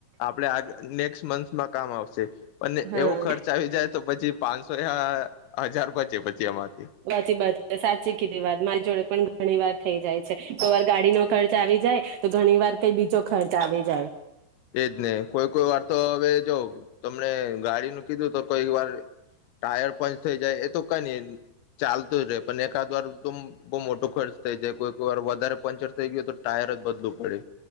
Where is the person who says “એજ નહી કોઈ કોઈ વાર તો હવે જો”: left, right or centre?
Left